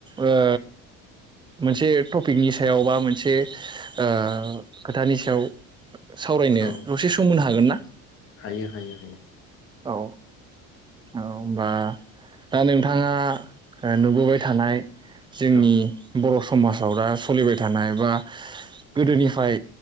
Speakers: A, on the right; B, on the left.
A: ओ मोनसे टपिकनि सायाव बा मोनसे ओ खोथानि सायाव सावरायनो
B: औ
A: दसे सम मोनो हागोन ना
B: हायो हायो हायो
A: औ औबा दा नोंथाङा ओ नुबोबाय थानाय जोंनि
B: औ
A: बरफोर समाजाव दा सोलिबाय थानाय बा गोदोनिफ्राय